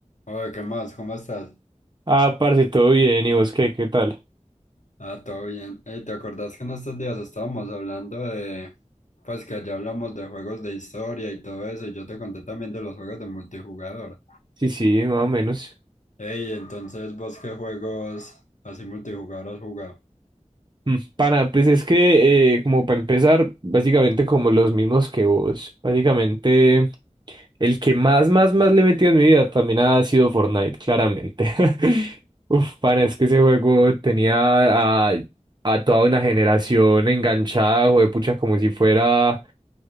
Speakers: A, on the left; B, on the right.
A: Oye, ¿qué más? ¿Cómo estás?
B: Ah, parce, todo bien, ¿y vos qué, qué tal?
A: Ah, todo bien. Ey, ¿te acordás que en estos días estábamos hablando de, pues que allá hablamos de juegos de historia y todo eso, y yo te conté también de los juegos de multijugador.
B: Sí, sí, más o menos.
A: Ey, entonces, ¿vos qué juegos así multijugador has jugado?
B: Mm, Pana, pues es que, eh, como para empezar, básicamente como los mismos que vos. Básicamente, el que más, más, más le he metido en mi vida también ha sido Fortnite, claramente. <laughs> Uf, pana, es que ese juego tenía a, a toda una generación enganchada, de pucha, como si fuera,